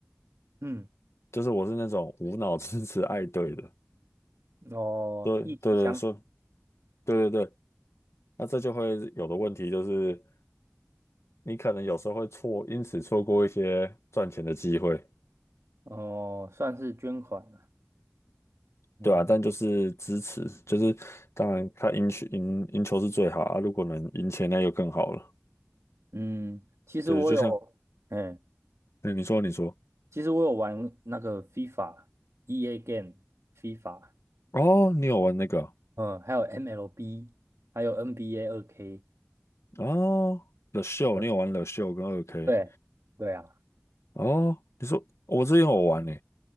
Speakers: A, on the right; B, on the left.
A: 嗯，
B: 就是我是那种无脑支持爱队的，
A: 哦，
B: 对对对，
A: 一气相挺，
B: 说对对对，那这就会有的问题就是你可能有时候会错，因此错过一些赚钱的机会。
A: 哦，算是捐款了，嗯
B: 对啊，但就是支持，就是当然他赢球赢赢球是最好啊，如果能赢钱那就更好了。
A: 嗯，其实我有，
B: 对，就像
A: 哎，
B: 嗯，你说你说
A: 其实我有玩那个 FIFA、EA Game、FIFA，
B: 哦，你有玩那个
A: 嗯，还有 MLB，还有 NBA 二 k
B: 哦，The Show，
A: 对
B: 你有玩 The Show 跟二 K
A: 对对啊，
B: 哦，你说我之前有玩呢、